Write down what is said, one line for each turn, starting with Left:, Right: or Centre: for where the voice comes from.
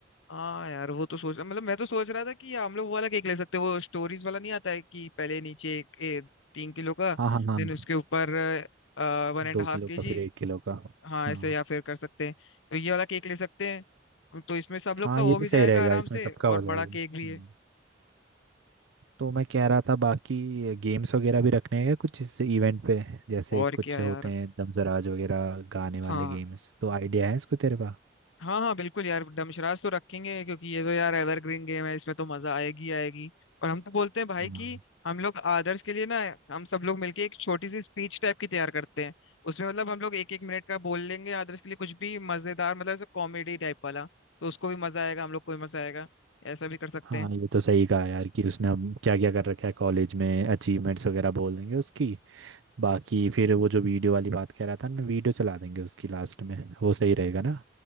Left: हाँ यार वो तो सोच मतलब मैं तो सोच रहा था कि हम लोग वो वाला केक ले सकते हैं वो स्टोरीज वाला नहीं आता है कि पहले नीचे एक, ए, तीन किलो का
Right: हाँ हाँ हाँ
Left: देन
Right: हाँ,
Left: उसके ऊपर वन एंड
Right: दो
Left: हाफ
Right: किलो
Left: के
Right: का
Left: जी
Right: फिर एक किलो का
Left: हाँ
Right: हाँ
Left: ऐसे या फिर कर सकते हैं तो ये वाला केक ले सकते हैं तो इसमें सब लोग
Right: हाँ
Left: का हो
Right: ये भी
Left: भी
Right: सही
Left: जाएगा
Right: रहेगा
Left: आराम
Right: इसमें
Left: से
Right: सबका
Left: और
Right: हो जाएगा
Left: बड़ा केक भी
Right: हम्म।
Left: है
Right: तो मैं कह रहा था बाकी गेम्स वगैरह भी रखने हैं कुछ इस इवेंट पे जैसे
Left: और
Right: कुछ
Left: क्या
Right: होते
Left: यार
Right: हैं दमजराज वगैरह गाने वाले
Left: हाँ
Right: गेम्स तो आइडिया है इसको तेरे पास
Left: हाँ हाँ बिल्कुल यार डमशरास तो रखेंगे क्योंकि ये तो यार एवरग्रीन गेम है इसमें तो मजा आएगी आएगी और हम तो बोलते हैं भाई कि
Right: हाँ
Left: हम लोग आदर्श के लिए ना हम सब लोग मिलके एक छोटी सी स्पीच टाइप की तैयार करते हैं उसमें मतलब हम लोग एक एक मिनट का बोल लेंगे आदर्श के लिए कुछ भी मजेदार मतलब कॉमेडी टाइप वाला तो उसको भी मजा आएगा हम लोग को भी मजा आएगा ऐसा भी कर सकते
Right: हाँ
Left: हैं
Right: ये तो सही कहा यार कि उसने अब क्या क्या कर रखा है कॉलेज में अचीवमेंट्स वगैरह बोल देंगे उसकी बाकी फिर वो जो वीडियो वाली बात कह रहा था मैं वीडियो चला देंगे उसकी लास्ट में वो सही रहेगा ना